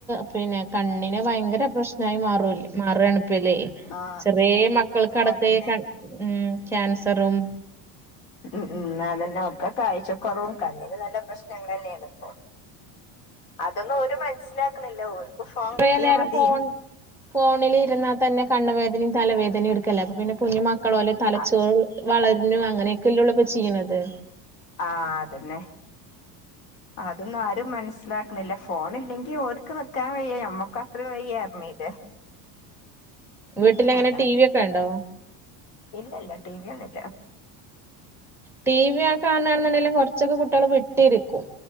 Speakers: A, in the centre; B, on the left (about 75°).
A: പിന്നെ കണ്ണിന് ഭയങ്കര പ്രശ്നമായി മാറല്ലേ മാറാണ് ഇപ്പല്ലേ
B: ആഹ്
A: ചെറിയ മക്കൾക്ക്ടക്ക
B: ആഹ് അതന്നെ
A: ഇകണ ക്യാൻസറും
B: ഉം ഉം അതെല്ലെ ഒക്കെ കാഴ്ച കുറവും കണ്ണിന് നല്ല പ്രശ്നങ്ങളല്ലെ ഇത് പം അതൊന്നും ഒരു മനസിലാക്കുന്നില്ല ഓർക്ക് ഫോം
A: കുറേ
B: കിട്ടിയാ
A: നേരം
B: മതി
A: ഫോൺ ഫോണിൽ ഇരന്നാൽ തന്നെ കണ്ണുവേനയും തലവേദനയും എടുക്കല്ലെ അപ്പ പിന്നെ കുഞ്ഞു മക്കള പോലെ തലച്ചോറ്
B: ആഹ്
A: വളർന്നു അങ്ങനെയൊക്കെല്ലേ ഉള്ള ഇപ്പൊ ചെയ്യണത്
B: ആ അതന്നെ അതൊന്നും ആരും മനസ്സിലാക്ക ല്ല ഫോണ ഇല്ലെങ്കി ഓൽക്ക് നിക്കാൻ വയ്യ നമ്മക്ക് അത്ര വയ്യായിരണീലെ
A: വീട്ടിലെങ്ങനെ
B: അത
A: ടി വി ഒക്കെ ഉണ്ടോ
B: ഇല്ല ഇല്ല ടടി വിയല്ലെ
A: ടി വി ആകാണാണെങ്കിൽ കാണു കൊറച്ചൊക്കെ കുട്ടികൾ വിട്ടിരിക്കും